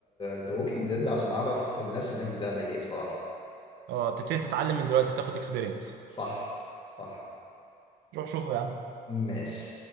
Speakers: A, on the left; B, on the right.
A: ذا ووكينج ديد عشان أعرف الناس هناك بتعمل إيه بصراحة
B: اه تبتدي تتعلم من دلوقتي تاخد اكسبيرينس
A: صح صح
B: روح شوفه يا عم
A: ماشي